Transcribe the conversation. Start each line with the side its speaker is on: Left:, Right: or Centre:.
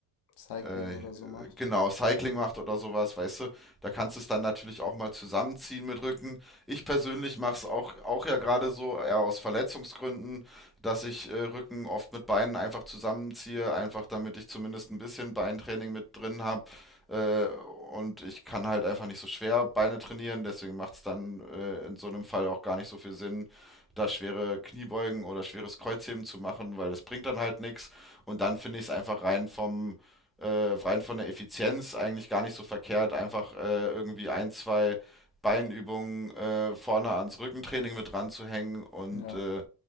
Left: Cycling
Centre: äh,
Left: oder so macht.
Centre: genau, Cycling macht oder sowas, weißt du, da kannst du es dann natürlich auch mal zusammenziehen mit Rücken. Ich persönlich mache es auch, auch ja gerade so, eher aus Verletzungsgründen, dass ich äh, Rücken oft mit Beinen einfach zusammenziehe, einfach damit ich zumindest ein bisschen Beintraining mit drin habe. Äh, und ich kann halt einfach nicht so schwer Beine trainieren, deswegen macht es dann äh, in so einem Fall auch gar nicht so viel Sinn, da schwere Kniebeugen oder schweres Kreuzheben zu machen, weil das bringt dann halt nichts. Und dann finde ich es einfach rein vom äh, rein von der Effizienz eigentlich gar nicht so verkehrt, einfach äh, irgendwie ein, zwei Beinübungen äh, vorne ans Rückentraining mit dran zu hängen und
Left: Ja,
Centre: äh,